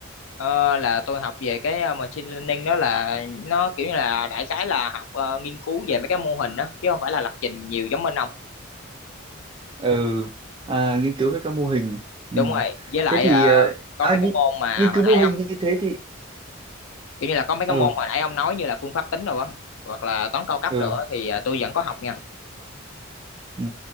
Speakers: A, on the left; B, on the right.
A: Ờ, là tôi học về cái ờ, machine learning đó là nó kiểu như là đại khái là học ờ, nghiên cứu về mấy cái mô hình đó chứ không phải là lập trình nhiều giống bên ông
B: ừ à, nghiên cứu về các mô hình ừ.
A: đúng rồi với lại
B: thế thì
A: ờ,
B: ờ,
A: có
B: à,
A: mấy
B: nghiên,
A: cái môn mà
B: nghiên
A: hồi
B: cứu
A: nãy
B: mô hình
A: ông
B: như thế thì
A: kiểu như là có mấy cái
B: ừ
A: môn hồi nãy ông nói như là phương pháp tính rồi á hoặc là toán cao cấp
B: ừ
A: rồi á thì ờ, tôi vẫn có học nha
B: ừ